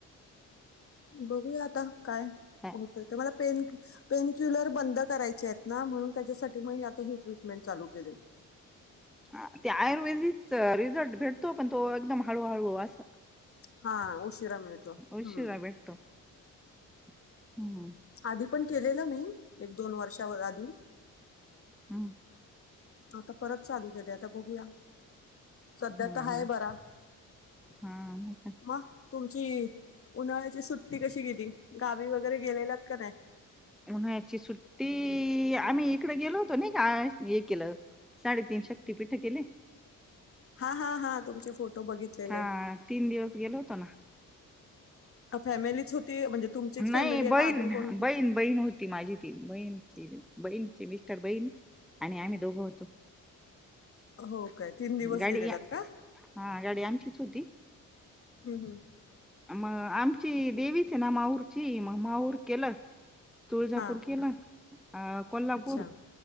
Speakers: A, on the left; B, in the centre.
A: बघूया आता काय
B: काय.
A: होतय ते मला पेन पेन ुल बंद कराय आहेत ना म्हणून त्यासाठी म आ ह ट्रीटमें चालू के
B: ह त्याय रिझल्ट भेटतो पण तो एकदम हळूहळू अस.
A: हा उशिरा मिळतो
B: उशिरा
A: हम्म.
B: भेटतो हम्म
A: आधी पण केलेलं मी एक दोन वर्षावर आधी
B: हम्म.
A: आता परत चालू केले आता बघूया सध्या
B: हम्म,
A: तर
B: हम्म.
A: हाय बरा.
B: हा म
A: मग तुमची उन्हाळ्याची सुट्टी कशी गेली गावी वगैरे गेलेलात का नाही.
B: उन्हाळ्याची सुट्टी आम्ही इकडे गेलो. नाही का हे केलं साडेतीीन शक्टी पीठ केले.
A: हा हा हा तुमचे फोटो बघितलेले
B: ह तीन दिवस गेलो होतो ना.
A: फॅमिलीच होती म्हणजे तुमचीच फॅमिली
B: नाही
A: आहे
B: बहीण
A: का अजून कोण होत
B: बहीण बहीण होती माझी ती बहीणची बहीणची मिस्टर बहीण आणि आम्ही दोघं होतो
A: हो काय तीन दिवस
B: गाडी
A: गेलेलात
B: हां
A: का
B: गाडी आमचीच होती
A: हम्म हम्म
B: मग आमची देवीच आहे ना माऊरची म माऊर केलं तुळजापूर
A: हा
B: केला अ कोल्हापूर
A: अच्छा